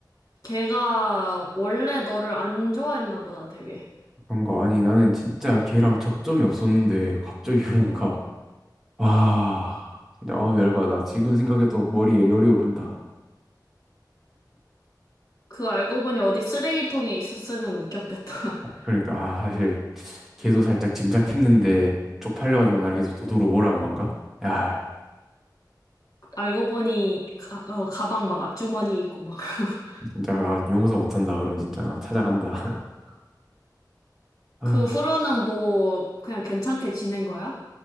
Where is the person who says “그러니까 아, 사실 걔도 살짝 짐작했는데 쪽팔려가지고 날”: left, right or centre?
Centre